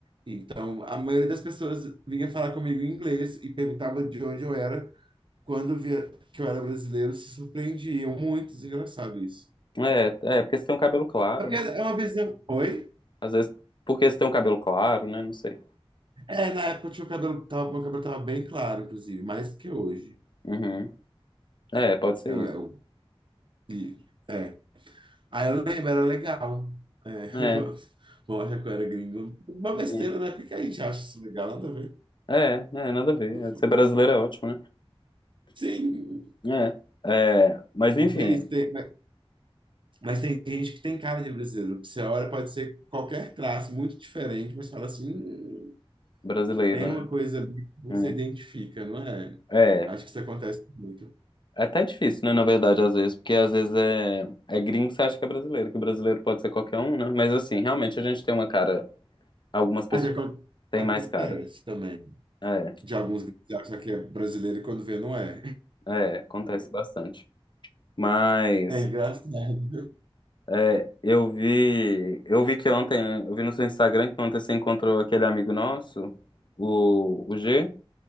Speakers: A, on the right; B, on the left.
A: então a maioria das pessoas vinha falar comigo em inglês e perguntava de onde eu era. Quando via que eu era brasileiro, se surpreendiam. Muito engraçado isso.
B: É, é, porque você tem um cabelo claro,
A: É Porque
B: né?
A: é uma visão. Oi?
B: Às vezes, porque você tem um cabelo claro, né? Não sei.
A: É, na época eu tinha o cabelo, tava, meu cabelo tava bem claro, inclusive, mais que hoje.
B: Uhum. É, pode ser
A: É, é,
B: isso.
A: e- é. Aí eu lembro, era legal. É, <laughs>
B: É,
A: vou vou achar que eu era gringo. Uma besteira,
B: sim.
A: né? Por que a gente acha isso legal? Nada a ver.
B: É, é, nada a ver.
A: Não foi.
B: Ser brasileiro é ótimo,
A: Sim,
B: né? É, é, mas enfim,
A: mas é isso, tem- Mas tem gente que tem cara de brasileiro. que Você olha, pode ser qualquer traço, muito diferente, mas fala assim, "Hum,
B: brasileiro,
A: tem
B: né?
A: uma coisa ali que você
B: Hum.
A: identifica, não é?
B: É,
A: Acho que isso acontece muito.
B: é até difícil, né? Na verdade, às vezes, porque às vezes é, é gringo que você acha que é brasileiro, que brasileiro pode ser qualquer um, né? Mas assim, realmente a gente tem uma cara, algumas pessoas
A: Mas acon-
B: têm
A: acontece
B: mais cara.
A: também.
B: É,
A: De alguns que acham que é brasileiro e quando vê, não é.
B: é, acontece bastante. Mas
A: É engraçado.
B: É, eu vi, eu vi que ontem, eu vi no seu Instagram que ontem você encontrou aquele amigo nosso, o, o G.